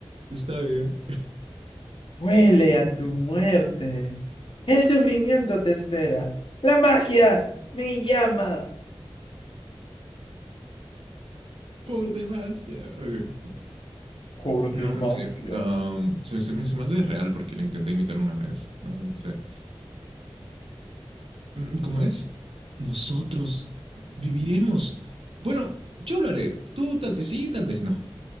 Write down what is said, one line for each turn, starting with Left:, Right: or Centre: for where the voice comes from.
Right: Está bien.
Left: Huele
Right: <laughs>
Left: a tu muerte. El sufrimiento te espera. La magia me llama.
Right: Por demasiado. Ok.
Left: Jordimacia.
Right: No, sé am, se, se me, se me hace real porque lo intenté imitar una vez. No, no sé. Mm, ¿Cómo es? Nosotros viviremos. Bueno, yo lo haré. Tú tal vez sí, tal vez no.